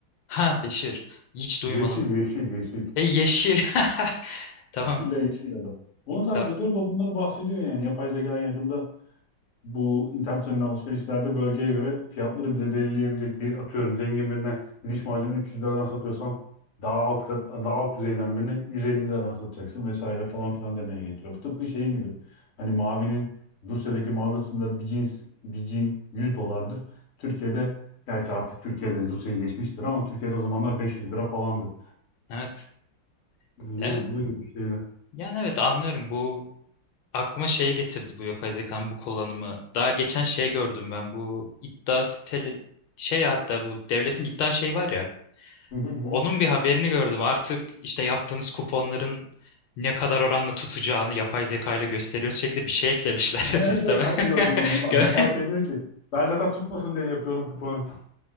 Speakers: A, on the left; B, on the left.
A: Ha Beşir. Hiç duymadım.
B: Yeşil, yeşil, yeşil.
A: E yeşil. <laughs> Tamam.
B: Atilla Yeşilada. Onu takip
A: Tamam.
B: ediyorum da o bunları bahsediyor yani. Yapay zeka yakında bu internet üzerinden alışverişlerde bölgeye göre fiyatları bile belirleyebilecek bir atıyorum zengin birine bir diş macunu 300 liradan satıyorsam daha alt kat, daha alt düzeyden birine 150 liradan satacaksın vesaire
A: Hı
B: falan
A: hı.
B: filan demeye getiriyor. Bu tıpkı şey gibi hani Mavi'nin Rusya'daki mağazasında bir cins bir cin 100 dolardır. Türkiye'de gerçi artık Türkiye'de Rusya'yı geçmiştir ama Türkiye'de o zamanlar 500 lira falandı.
A: Evet.
B: Yani
A: Ya-
B: bunun gibi şeyler.
A: Yani evet anlıyorum bu Aklıma şeye getirdi bu yapay zekanın bu kullanımı. Daha geçen şey gördüm ben bu iddia siteli şey ya hatta bu devletin iddia şey var ya.
B: Hı hı hı.
A: Onun bir haberini gördüm. Artık işte yaptığınız kuponların ne kadar oranla tutacağını yapay zeka ile gösteriyoruz şeklinde bir şey eklemişler <laughs>
B: <laughs>
A: sisteme.
B: Evet,
A: <laughs>
B: Ben de gördüm onu. Lan
A: Gö-
B: ne fark ediyor ki? Ben zaten tutmasın diye yapıyorum kuponu. <laughs>